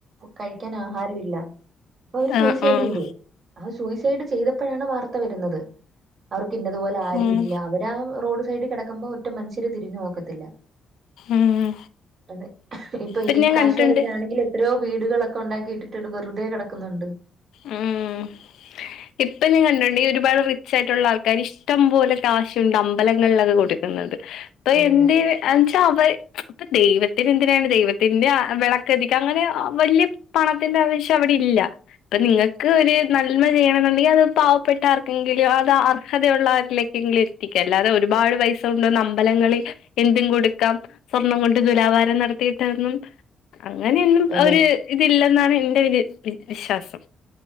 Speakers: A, on the right; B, on the left.
A: കഴിക്കാൻ ആഹാരുംല്ല അവര് സൂയിസൈഡ്
B: ആഹ് ആഹ്
A: ചെയ്തു ആ സൂയിസൈഡ് ചെയ്തപ്പോഴാണ് വാർത്ത വരുന്നത് അവർക്ക് ഇന്നതുപോലെ ആരും
B: ഉം
A: ഇല്ല അവരാ ആ റോഡ് സൈഡ് കിടക്കുമ്പോ ഒറ്റ മനുഷ്യര് തിരിഞ്ഞു നോക്കത്തില്ല
B: ഉം
A: അതെ ഇപ്പൊ
B: പിന്നെ
A: ഈ
B: ഞാൻ കണ്ടിട്ടുണ്ട്
A: അല്ലങ്കിൽ എത്രയോ വീടുകളൊക്കെ ഉണ്ടാക്കിട്ടിട്ട് വെറുതെ കിടക്കുന്നുണ്ട്
B: ഉം ഹെ ഇപ്പൊ കണ്ടിട്ടുണ്ട് ഒരുപാട് റിച്ചായിട്ടുള്ള ആൾക്കാരിഷ്ടം പോലെ കാശുണ്ട് അമ്പലങ്ങളിലൊക്കെ കൊടു ന്നത് അഹ്
A: അതെയതെ.
B: എന്തിന് എൻചാ അവർ ച്ചി ഇപ്പൊ ദൈവത്തിന് എന്തിനാണ് ദൈവത്തിന്റെ ആ വിളക്കധിക അങ്ങനെ അ വല്യ പണത്തിന്റെ ആവശ്യം അവിടെ ഇല്ല അത് നിങ്ങൾക്ക് ഒരു നന്മ ചെയ്യണെന്നുണ്ടെങ്കിൽ അത് പാവപ്പെട്ട ആർക്കെങ്കിലോ അത് അർഹതയുള്ള ആര്ലെക്കെങ്കിലും ത്തിക്ക അല്ലാതെ ഒരുപാട് പൈസ കുണ്ടോന്ന് അമ്പലങ്ങളിൽ എന്തും കൊടുക്കാം സ്വർണം കൊണ്ട് തുലാഭാരം നടത്തിയിട്ടൊന്നും അങ്ങനെയൊന്നും
A: അതെ,
B: ഒര്
A: അതെ.
B: ഇതില്ലെന്നാണ് എന്റെ ഒര് വി വിശ്വാസം